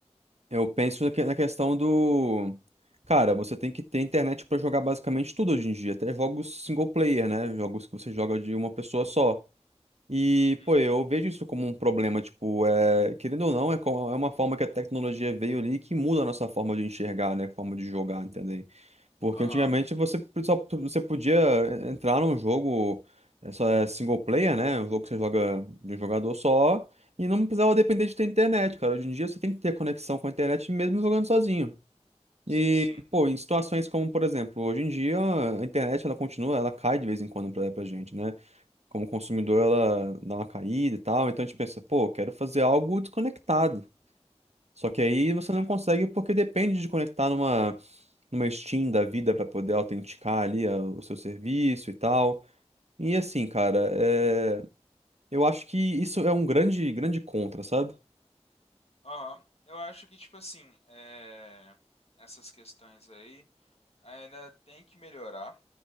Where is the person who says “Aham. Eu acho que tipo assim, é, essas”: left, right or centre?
Left